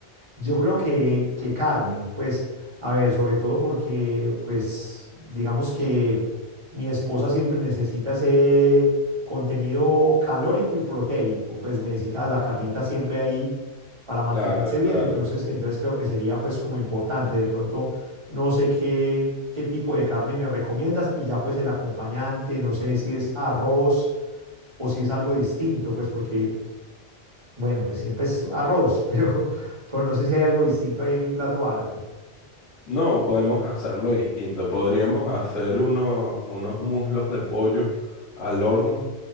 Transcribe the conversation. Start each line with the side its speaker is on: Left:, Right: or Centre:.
Right: Yo creo que, que carne, pues, a ver, sobre todo porque, pues, digamos que mi esposa siempre necesita ese contenido calórico y proteico, pues necesita la carnita siempre ahí para mantenerse
Left: Claro, claro.
Right: bien, entonces, entonces creo que sería pues como importante, de pronto no sé qué, qué tipo de carne me recomiendas y ya pues el acompañante, no sé si es arroz o si es algo distinto, pues porque bueno, pues siempre es arroz, <laughs> pero, pero no sé si hay algo distinto ahí en el plato árabe.
Left: No, podemos hacerlo distinto. Podríamos hacer uno- unos muslos de pollo al horno